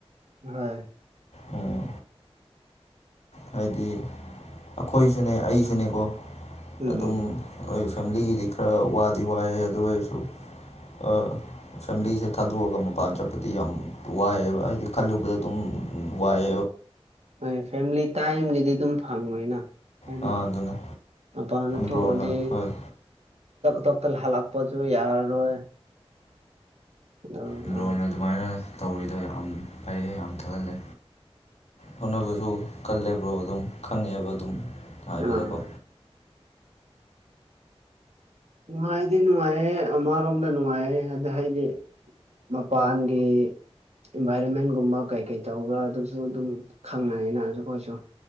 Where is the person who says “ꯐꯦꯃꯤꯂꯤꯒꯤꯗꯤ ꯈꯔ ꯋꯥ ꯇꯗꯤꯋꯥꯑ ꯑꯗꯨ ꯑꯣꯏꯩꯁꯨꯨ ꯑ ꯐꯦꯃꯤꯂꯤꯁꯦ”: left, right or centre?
Left